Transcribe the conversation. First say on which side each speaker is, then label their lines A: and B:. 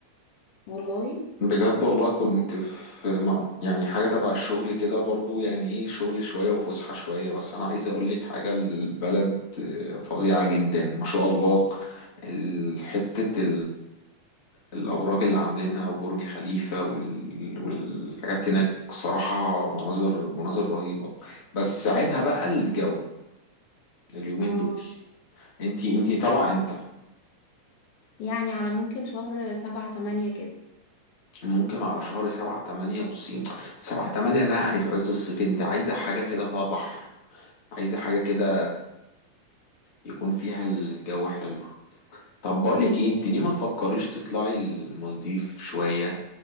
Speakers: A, on the left; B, on the left.
A: والله
B: بجد والله كنت
A: حلوة
B: في مام يعني حاجة تبع الشغل كده برضو يعني ايه شغل شوية وفسحة شوية بس أنا عايز أقولك حاجة البلد آه، فظيعة جدا ما شاء الله ال- حتة الأبراج اللي عاملينها وبرج خليفة وال... والحاجات هناك صراحة مناظر مناظر رهيبة بس عيبها بقى الجو اليومين
A: اه
B: دول انتي انتي طالعة امتى؟
A: يعني على ممكن شهر سبعة تمانية كده
B: ممكن على شهر سبعة تمانية بصين سبعة تمانية ده يعني في عز الصيف انت عايزة حاجة كده فيها بحر عايزة حاجة كده يكون فيها الجو حلو طب بقولك ايه انت ليه ما تفكريش تطلعي المالديف شوية